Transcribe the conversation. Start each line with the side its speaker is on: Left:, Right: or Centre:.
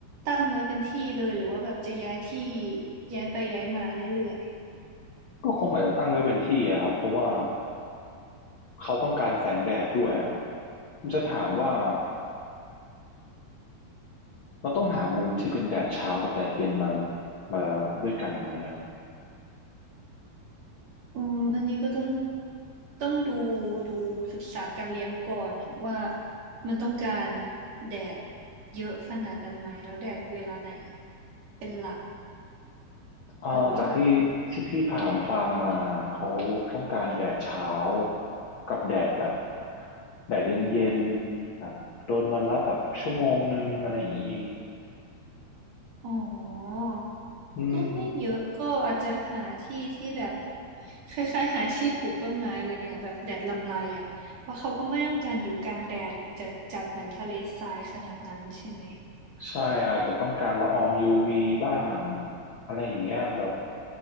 Right: ตั้งไว้เป็นที่เลยหรือว่าแบบจะย้ายที่ย้ายไปย้ายมาเรื่อย
Left: ก็คงอาจจะตั้งไว้เป็นที่อะครับเพราะว่าเขาต้องการแสงแดดด้วยอะผมจะถามว่าเราต้องหามุมที่เป็นแดดเช้ากับแดดเย็นมามาด้วยกันไหมอะ
Right: ๆอืมอันนี้ก็ต้องต้องดูดูศึกษาการเลี้ยงก่อนนะว่ามันต้องการแดดเยอะขนาดนั้นไหมแล้วแดดเวลาไหนเป็นหลัก
Left: อ่าจากที่ที่พี่ถามฟาร์มมาเขาต้องการแดดเช้า
Right: หรือว่าแบบ
Left: กับแดดแบบแดดเย็นๆแบบโดนวันละแบบชั่วโมงนึงอะไรอย่างเงี้ยเอง
Right: อ๋อ
Left: อืม
Right: ก็ไม่เยอะก็อาจจะหาที่ที่แบบคล้ายๆหาที่ปลูกต้นไม้เลยอะแบบแดดลำไรอะเพราะเขาก็ไม่ได้ต้องการอยู่กลางแดดแบบจัดจัดเหมือนทะเลทรายขนาดนั้นใช่ไหม
Left: ใช่อาจจะต้องการละอองยูวีบ้างอะไรอย่างเงี้ยแบบ